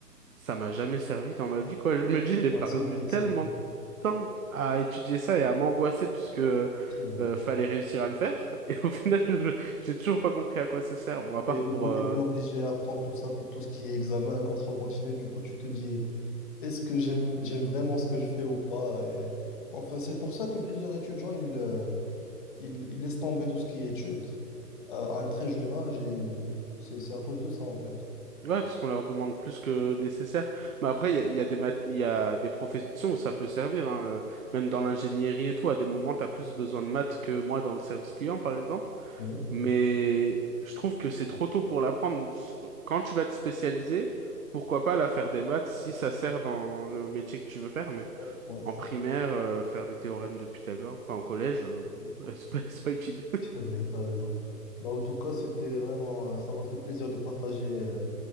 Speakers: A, on the right (about 55°); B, on the left (about 30°).
A: ça m'a jamais servi dans ma vie, quoi. Je me dis, j'ai
B: Ouais,
A: perdu
B: c'est vrai,
A: tellement
B: c'est vrai.
A: de temps à étudier ça et à m'angoisser parce que
B: Continue.
A: euh, fallait réussir à le faire. Et au <laughs> final, je- j'ai toujours pas compris à quoi ça sert. Bon, à part
B: Et des
A: pour...
B: fois,
A: euh,
B: tu étais obligé à prendre tout ça pour tout ce qui est examen, contrôle continu. Du coup, tu te dis, est-ce que j'aime, j'aime vraiment ce que je fais ou pas? Et... Enfin, c'est pour ça que plusieurs étudiants, ils, euh, ils, ils laissent tomber tout ce qui est études euh, à un très jeune âge et c'est c'est à cause de ça, en fait.
A: Ouais, parce qu'on leur demande plus que nécessaire. Mais après, il y a, il y a des mat- il y a des professions où ça peut servir, hein. Euh, Même dans l'ingénierie et tout, à des moments, t'as plus besoin de maths que moi dans le service client, par exemple.
B: Oui,
A: Mais je trouve que c'est trop tôt pour l'apprendre. Quand tu vas te spécialiser, pourquoi pas la faire des maths si ça sert dans le métier que tu veux faire. Mais
B: ouais, ouais, je
A: en
B: suis
A: primaire, euh, faire des théorèmes de Pythagore, enfin au collège, euh,
B: désolé.
A: <laughs> c'est pas, c'est pas utile. <laughs>
B: C'est vrai, t'as raison. Bah, en tout cas, c'était vraiment, euh, ça m'a fait plaisir de partager euh,